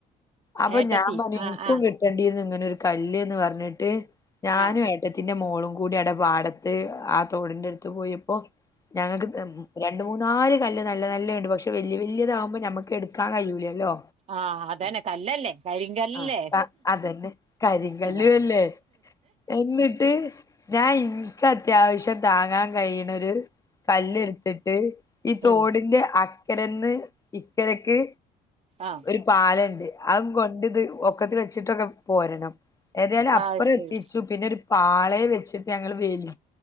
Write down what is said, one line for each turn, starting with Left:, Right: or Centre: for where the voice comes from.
Left: അപ്പൊ
Right: ഏട്ടത്തി
Left: ഞാൻ പറിം
Right: ആഹ്
Left: ഇൻക്കും
Right: ആഹ്
Left: കിട്ടണ്ടീര്ന്ന് ഇങ്ങനെ ഒരു കല്ല്ന്ന് പരഞ്ഞ്ട്ട് ഞാന്യോ
Right: ആഹ്
Left: ഏട്ത്തിന്റെ മോളുംകൂടി അവടെ പാടത്ത് ആഹ് തോടിന്റെ എട്ത്ത് പോയപ്പോ ഞങ്ങക്ക് തെം ഉം രണ്ട് മൂന്നാല് കല്ല് നല്ലനല്ലണ്ട് പക്ഷെ വല്യ വല്യതാവുമ്പോ ഞമ്മക്ക് എട്ക്കാൻ കയ്യൂലല്ലോ
Right: ആഹ് അതനെ കല്ലല്ലേ. കരിങ്കല്ലേ
Left: ആഹ് അതന്നെ കരിങ്കല്ലു
Right: ആഹ്
Left: അല്ലേ എന്നിട്ട് ഞാൻ ഇനിക്ക് അത്യാവശ്യം താങ്ങാൻ കഴിയണൊരു കല്ലെടുത്തിട്ട് ഈ തോടിന്റെ
Right: ഉം
Left: അക്കരന്ന് ഇക്കരക്ക്
Right: ആഹ്
Left: ഒരു പാലെണ്ട് അതും കൊണ്ട് ഇത് ഒക്കത്തി വെച്ചിട്ടൊക്കെ പോരണം ഏതായാലും അപ്പുറം
Right: ആഹ് ശരി
Left: എത്തിച്ചു പിന്നെ ഒരു പാളയെ വെച്ചിട്ട് ഞങ്ങള് വെലി